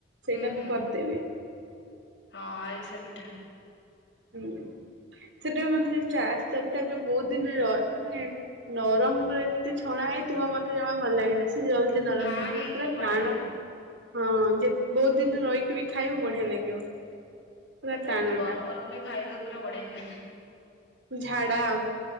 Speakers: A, on the right; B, on the left.
A: ସେଇଟା
B: ହୁଁ ହୁଁ
A: ମୁଁ କରିଦେବି।
B: ହଁ ଆରିସା ପିଠା।
A: ହୁଁ ସେଥିପାଇ ମତେ ସେ ଆରିସା ପିଟା ଯୋଉ ବହୁତ ଦିନ ରହ ମାନେ ନରମରେ ଯଦି ଛଣା ହେଇଥିବ ମତେ ଜମା ଭଲ ଲାଗେନି ସେ ଜଲଦିି ନରମ୍
B: ହାର୍ଡ
A: ହେଇ ପଇ
B: ହେଇଥିଲେ
A: ପୁରା
B: ବଢିଆ
A: ଟାଣ
B: ଲାଗେ।
A: ହଁ ଯେ ବହୁତ ଦିନ ରହିକି ବି ଖାଇବୁ ବଢିଆ ଲାଗିବ। ପୁରା
B: ତାପରେ
A: ଟାଣଟା।
B: ଗରମ ଗରମ ବି ଖାଇଦବୁ ପୁରା ବଢଆ।
A: ଝାଡା ହବୁ।